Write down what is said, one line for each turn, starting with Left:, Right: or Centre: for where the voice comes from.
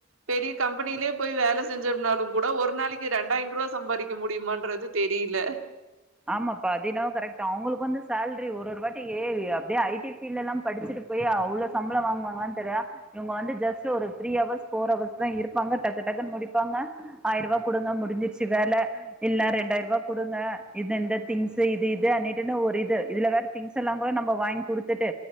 Right: பெரிய கம்பனிலியே போய் வேல செஞ்சம்னா கூட ஒரு நாளைக்கு ரரண்டாயின்ரூவா சம்பாரிக்க முடியுமான்றது தெரில
Centre: ஆமாப்பா அதின்னவோ கரெக்டாவ் அவுங்களுக்கு வந்து சேல்ரி ஒறொருவாட்டி ஏ அப்டே ஐடி பீல்டல்லா படிச்சிட்டு பேயே அவ்ளோ சம்பளோ வாங்குவாங்களான்னு தெரியா இவங்க வந்து ஜஸ்ட் ஒரு த்ரீ ஹவர்ஸ் போர் ஹவர்ஸ் தா இருப்பாங்க டக்கு டக்குன்னு முடிப்பாங்க ஆயிரோ ரூபா குடுங்க முடிஞ்சிருச்சி வேல இல்ல ரெண்டாயிர ரூபா குடுங்க இந்த இந்த திங்சு இது இது அணி தின்ன ஒரு இது இதுல வேற திங்ஸ் எல்லா கூட நம்ம வாங்கி குடுத்துட்டு